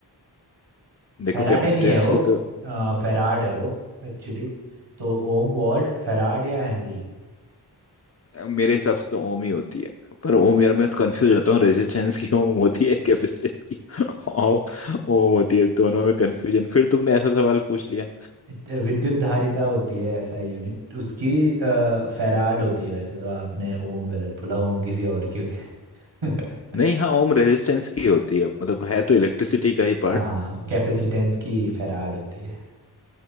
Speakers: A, on the left (about 35°); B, on the right (about 80°).
A: देखो
B: फेराडे
A: कैपेसिटेंस
B: नहीं है वो
A: की तो
B: आ, फेराड है वो एक्चुअली तो ओम वॉल्ट फेराड या हेनरी
A: मेरे हिसाब से तो ओम ही होती है पर ओम यार मैं तो कंफ्यूज होता हूँ रेजिस्टेंस की ओम होती है कैपेसिटेंस की ओम ओम होती है दोनों में कंफ्यूजन फिर तुमने ऐसा सवाल पूछ लिया
B: इत- विद्युत धारिता होती है ऐसा यूनिट उसकी आ, फेराड होती है वैसे तो आपने ओम गलत बोला ओम किसी और की होती है <laughs>
A: नहीं हाँ ओम रेजिस्टेंस की होती है मतलब है तो इलेक्ट्रिसिटी का ही पार्ट
B: हाँ हाँ कैपेसिटेंस की फेराड होती है